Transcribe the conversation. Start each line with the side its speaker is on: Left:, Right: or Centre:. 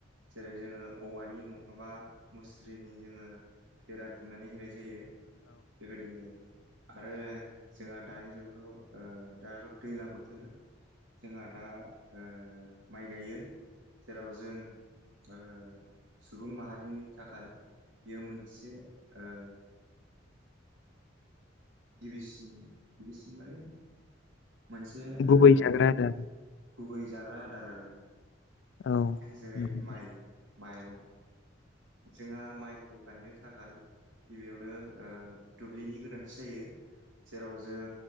Right: जेरै जोङो औवानि नङाबा मुस्रिनि जोङो बेरा दुमनानै होनाय जायो बेबायदि आरो आरो जोंहा दानि जुगावथ' ओ दाथ' दैलां बोथोर जोंहा दा आ माइ गायो जेराव जों ओ सुबुं माहारिनि थाखाय बेयो मोनसे ओ गिबिसिन गिबिसिन माने मोनसे
Left: गुबै
Right: ओ
Left: जाग्रा आदार
Right: गुबै जाग्रा आदार आरो
Left: औ
Right: जेरै
Left: नंगौ
Right: माइ माइरं जोंहा माइखौ गायनो थाखाय गिबियावनो ओ दुब्लिनि गोनांथि जायो जेराव जों